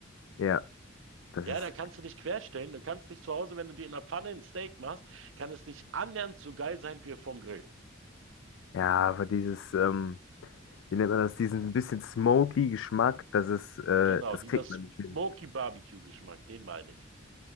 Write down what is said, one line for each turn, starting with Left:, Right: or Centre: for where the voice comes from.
Left: Ja, das
Right: Ja,
Left: ist,
Right: da kannst du dich querstellen, du kannst dich zu Hause, wenn du dir in der Pfanne ein Steak machst, kann es nicht annähernd so geil sein wie vom Grill.
Left: ja, aber dieses, ähm, wie nennt man das, diesen bisschen smoky Geschmack, das ist, äh,
Right: Genau,
Left: das
Right: dieser
Left: kriegt man nicht hin.
Right: Smoky Barbecue Geschmack, den meine ich.